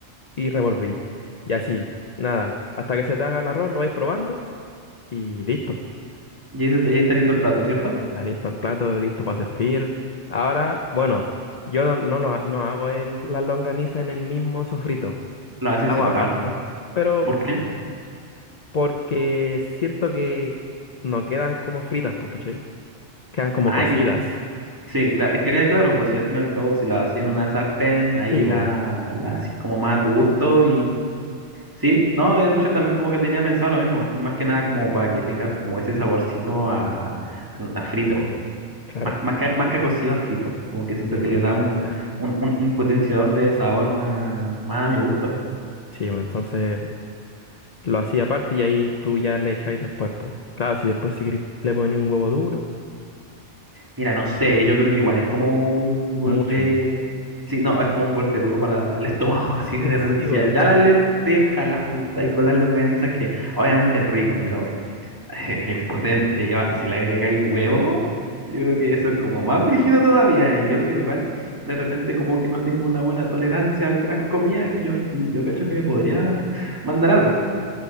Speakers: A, on the left (about 40°); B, on the right (about 15°).
A: y revolví. Y así, nada, hasta que se te haga el arroz, lo vais probando y listo.
B: Ya, hice- ya está listo el plato, ¿cierto?
A: Está listo el plato, listo para servir. Ahora, bueno, yo no, no, lo ha- no hago el, la longaniza en el mismo sofrito.
B: Lo haces
A: Hago
B: separado.
A: aparte. Pero
B: ¿Por qué?
A: sí, po, porque siento que no quedan como fritas, porque Quedan como
B: Ah,
A: cocidas.
B: y sí, cla- es que quede claro, pues si al fin y al cabo, si lo hacía en una sartén, ahí
A: Sí,
B: la,
A: po,
B: la, la así como más a tu gusto Sí, no, de hecho también como que tenía pensado lo mismo, más que nada como para que tengas como ese saborcito a, a a frito,
A: claro.
B: más, que- más que, más que a cocido a frito, como que siento
A: Sí,
B: que
A: po,
B: le
A: esa
B: da
A: es
B: un,
A: la idea.
B: un, un- un potenciador de sabor más, más a mi gusto.
A: Sí, po, entonces lo hacía aparte y ahí tú ya le echáis después, pues. Claro, si después si querís le ponéis un huevo duro,
B: Mira, no sé, yo creo que igual es como un golpe,
A: mucho ya.
B: sí, no, es como un golpe duro para el estómago, <laughs> así de
A: <laughs>
B: repente,
A: Sí, igual,
B: sí, ya, ya
A: pues.
B: las lentejas las juntas y con las longanizas que obviamente es rico, <laughs> Es es potente. Y ahora, si le agregáis huevo, yo creo que eso es como más brígido todavía. Y yo que igual, de repente, como que no tengo una buena tolerancia a algunas comidas, que yo, yo cacho que me podría mandar al baño.